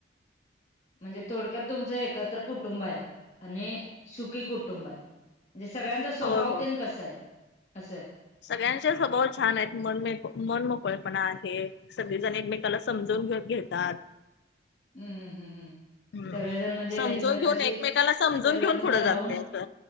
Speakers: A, on the left; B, on the left.
A: म्हणजे थोडक्यात तुमचं एकत्र कुटुंब आहे आणि सुकीी कुटुंब आहे म्हणजे सगळ्यांचा स्वभाव
B: होय होय.
A: तेन कस आहे असं
B: सगळ्यांचे स्वभाव छान आहेत मन मनमकळेपणा आहे सगळेजण एकमेकाला समजवून घे घेतात
A: हम् हम् हम्म हम
B: हम्म.
A: सगळेजण म्हणजे
B: समजून
A: एकमेकाशी
B: घेऊन एकमेकाला समजून
A: संलग्न
B: घेऊन पुढे जाते
A: राहून
B: असं